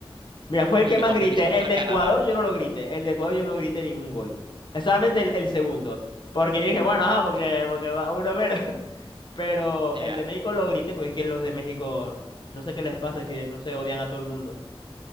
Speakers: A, on the left; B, on the right.
A: Mira, fue
B: y
A: el que
B: luego
A: más grité.
B: pedís contra
A: El de
B: Canadá.
A: Ecuador yo no lo grité. El de Ecuador yo no grité ningún gol. Es solamente el, el segundo. Porque yo dije, bueno, ajá, porque, porque va uno menos. <laughs> Pero
B: Ya.
A: el de México lo grité, porque es que los de México, no sé qué les pasa, es que no sé, odian a todo el mundo.